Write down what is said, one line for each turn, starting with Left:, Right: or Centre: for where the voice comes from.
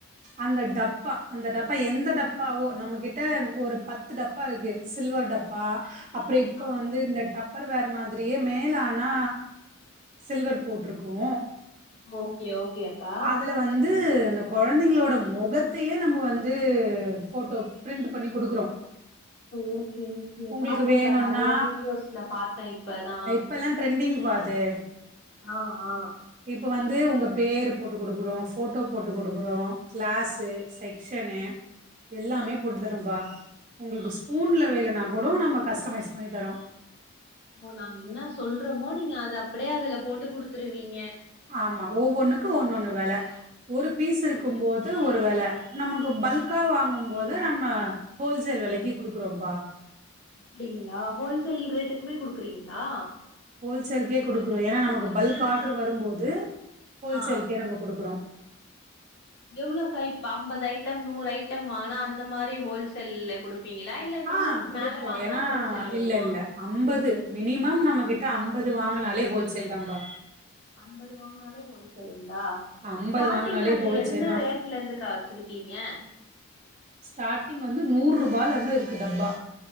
Right: அந்த டப்பா அந்த டப்பா எந்த டப்பாவோ நம்ம கிட்ட ஒரு பத்து டப்பா இருக்கு சில்வர் டப்பா அப்புற இப்ப
Left: ஆ
Right: வந்து இந்த டப் பர் வேற மாதிரியே மேல ஆனா சில்வர் போட்டுருக்கோ
Left: ஓகே ஓகே அக்கா
Right: அதுல வந்து இந்த கொழந்தைங்களோட மொகத்தையே நம்ம வந்து ஃபோட்டோ பிரிண்ட் பண்ணி குடுக்குறோ
Left: ஓகே ஓகே
Right: உங்களுக்கு
Left: பாத்தே அக்கா
Right: வேணும்னா
Left: நெறைய வீடியோஸ்ல பாத்தெ இப்பதா
Right: இப்ப எல்லா ட்ரெண்டிங் பா அது
Left: ஆ ஆ
Right: இப்ப வந்து உங்க பேரு போட்டு குடுக்குறோ போட்டோ போட்டு குடுக்குறோ கிளாஸு செக்ஷனு எல்லாமே போட்டு தரும்பா உங்ளுக்கு ஸ்பூன்ல
Left: அப்படிங்களா
Right: வேலுனா கூடோ நம்ம கஸ்ட்டமைஸ் பண்ணித்தரோ
Left: ஓ நாங்க இன்னா சொல்றோமோ நீங்க அத அப்டியே அதுல போட்டு குடுத்துருவீங்க
Right: ஆமா ஒவ்வொண்ணுக்கு ஒன்னொண்ணு வெல ஒரு பீஸ் இருக்கும்போது
Left: ஓ
Right: ஒரு வெல நமக்கு இப்போ பல்கா
Left: ஆ
Right: வாங்கும் போது நம்ம ஹோல்சேல் வெலைக்கி குடுக்குறோம்ப்பா
Left: அப்டிங்களா ஹோல்சேல் ரேட்டுக்குமே குடுக்குறீங்களா
Right: ஹோல்சேல்கே குடுக்குறோ ஏன்னா நமக்கு பல்க் ஆர்ட்ரு வரும்போது ஹோல்சேலுக்கே
Left: ஆ
Right: நம்ம குடுக்குறோ
Left: எவ்ளோக்கா இப்ப அம்பது ஐட்டம் நூறு ஐட்டம் வாங்கனா அந்த மாரி ஹோல்சேல்ல குடு விப்பீங்களா இல்ல நூறுக்கு
Right: ஆ குடுப்போ
Left: மேல வாங்கனா
Right: ஏன்னா
Left: ஹோல்சேல் வருமா
Right: இல்ல இல்ல அம்பது மினிமம் நம்ம கிட்ட அம்பது வாங்கனாலே ஹோல்சேல் தாம் பா
Left: அம்பது வாங்கனாலே ஹோல்சேலுங்களா
Right: அம்பது
Left: ஸ்டார்டிங்
Right: வாங்குனாலே
Left: அது
Right: ஹோல்சேல்
Left: என்ன
Right: தா
Left: ரேட் ட்ல இருந்துக்கா வச்சிருக்கீங்க
Right: ஸ்டார்டிங் வந்து நூறு ரூபால இருந்து இருக்கு டப்பா